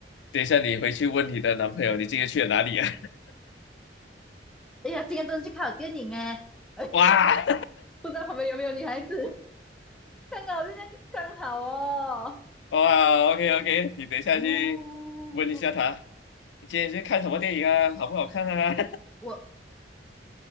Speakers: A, on the left (about 80°); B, in the centre.
A: 等一下你回去问你的男朋友，你今天去了哪里啊？
B: 哎呀，今天真的去看了电影哎，<laughs> 哎，
A: <laughs> 哇
B: 不知道旁边有没有女孩子，刚好就这样刚好哦。
A: <laughs> 哇，OK OK，你等一下去
B: 哦，
A: 问一下他，你今天去看什么电影啊？好不好看啊？<laughs>
B: 我